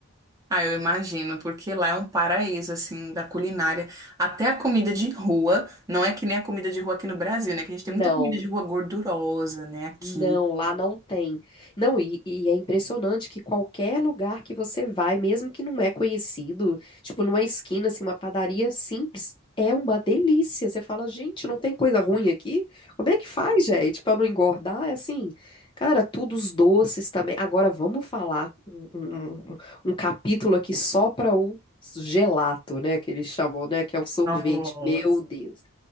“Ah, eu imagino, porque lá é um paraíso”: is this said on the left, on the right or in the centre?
Right